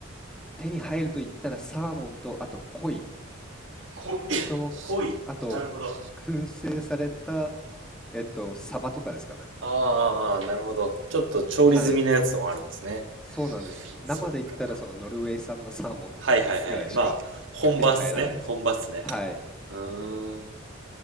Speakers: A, in the centre; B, on the right (about 65°).
A: 手に入ると言ったら、サーモンと、あと、鯉
B: 濃い。<coughs>
A: と、
B: 濃い。
A: あと、
B: なるほど。
A: 燻製された、えっと、サバとかですかね。
B: ああ、あーあなるほど。ちょっと調理済みのやつもあるんですね。
A: はい。そうなんです。生で言ったら、
B: そっか。
A: その、ノルウェー産のサーモンとかぐらいしか
B: はいはいはい。まあ、本場っすね。
A: 手に入らないですね。
B: 本場っすね。
A: はい。
B: うーん。